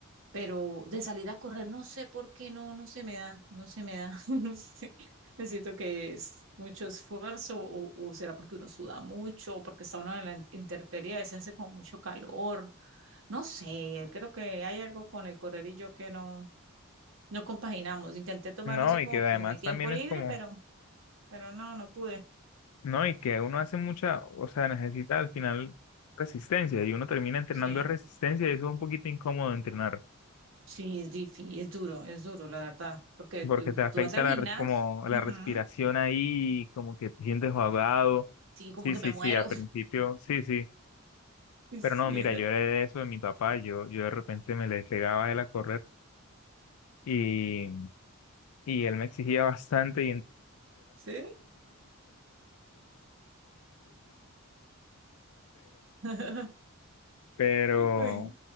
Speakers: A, on the right; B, on the left.
A: pero de salir a correr no sé por qué no, no se me da, no se me da, <laughs> no sé, necesito que es mucho esfuerzo o, o será porque uno suda mucho o porque está uno en la intemperie, a veces hace como mucho calor, no sé, creo que hay algo con el correr y yo que no, no compaginamos, intenté tomarlo
B: no,
A: así como
B: y que además
A: pues mi tiempo
B: también
A: libre,
B: es como
A: pero, pero no, no pude,
B: No, y que uno hace mucha, o sea, necesita al final resistencia y uno termina entrenando
A: sí.
B: resistencia y eso es un poquito incómodo entrenar
A: Sí, es difícil, es duro, es duro, la verdad, porque
B: porque
A: tú,
B: te afecta
A: tú vas al
B: la,
A: gimnasio,
B: res- como la
A: ujú,
B: respiración ahí, como que te sientes ahogado.
A: Sí, como
B: Sí,
A: que
B: sí,
A: me muero.
B: sí, al principio, sí, sí,
A: <laughs>
B: pero
A: Sí,
B: no, mira,
A: era-
B: yo era de eso de mi papá, yo, yo de repente me le pegaba a él a correr y, y él me exigía <laughs> bastante
A: ¿sí? <laughs>
B: pero,
A: Ay,